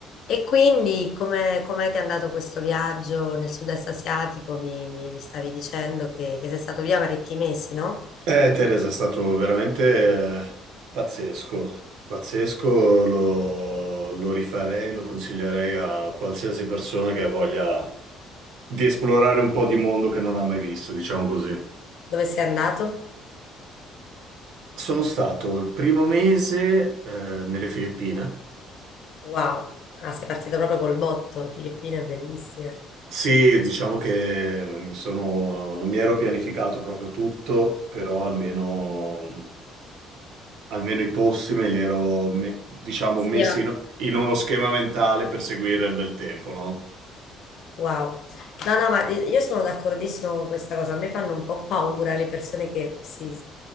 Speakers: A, on the left; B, on the right.
A: E quindi come, com'è che è andato questo viaggio nel sud-est asiatico? Mi, mi- mi stavi dicendo che, che sei stato via parecchi mesi, no?
B: Eh, Teresa, è stato veramente eh, pazzesco, pazzesco, lo, lo rifarei, lo consiglierei a qualsiasi persona che ha voglia di esplorare un po' di mondo che non ha mai visto, diciamo così.
A: Dove sei andato?
B: Sono stato il primo mese eh, nelle Filippine.
A: Wow, ah, sei partito proprio col botto, Filippine, bellissime.
B: Sì, diciamo che mi sono, non mi ero pianificato proprio tutto, però almeno... almeno i posti me li ero, me- diciamo,
A: Sì,
B: messi
A: ma-
B: in, in uno schema mentale per seguire il bel tempo, no?
A: wow. No, no, ma io sono d'accordissimo con questa cosa. A me fanno un po' paura le persone che si,